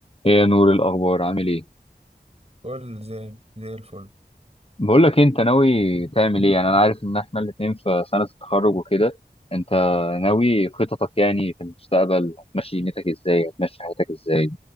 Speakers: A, on the left (about 35°); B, on the right (about 35°).
A: ايه يا نور إيه الاخبار عامل ايه
B: كل زي زي الفل
A: بقول لك إيه، انت ناوي تعمل ايه يعني انا عارف ان احنا الاتنين في سنه التخرج وكده انت ناوي خططك يعني في المستقبل هتمشي دنيتك ازاي هتمشي حياتك ازاي